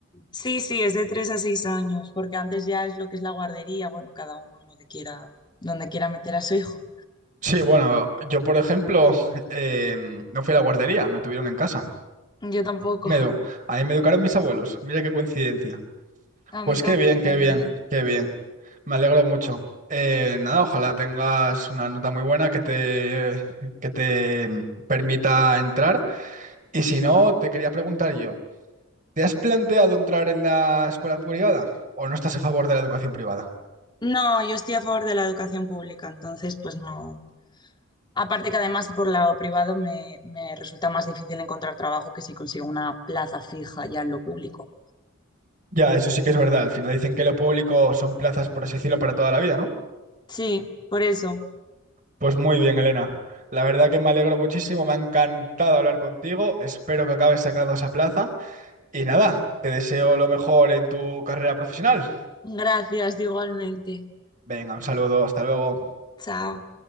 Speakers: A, on the left; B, on the right.
A: sí, sí, es de 3 a 6 años, porque antes ya es lo que es la guardería, bueno, cada uno lo que quiera, donde quiera meter a su hijo.
B: Sí, bueno, yo por ejemplo <laughs> eh, no fui a la guardería, me tuvieron en casa.
A: Yo tampoco,
B: Me, edu- ahí me educaron mis abuelos, mira qué coincidencia.
A: a
B: Pues
A: mí también,
B: qué bien, qué
A: la
B: bien,
A: verdad.
B: qué bien. Me alegro mucho. Eh, nada, ojalá tengas una nota muy buena que te, que te mm, permita entrar. Y si no, te quería preguntar yo, ¿te has planteado entrar en la escuela privada o no estás a favor de la educación privada?
A: No, yo estoy a favor de la educación pública, entonces pues no. Aparte que además por lado privado me, me resulta más difícil encontrar trabajo que si consigo una plaza fija ya en lo público.
B: Ya, eso sí que es verdad. Al final dicen que lo público son plazas, por así decirlo, para toda la vida, ¿no?
A: Sí, por eso.
B: Pues muy bien, Elena. La verdad que me alegro muchísimo, me ha encantado hablar contigo. Espero que acabes sacando esa plaza. Y nada, te deseo lo mejor en tu carrera profesional.
A: Gracias igualmente.
B: Venga, un saludo, hasta luego.
A: Chao.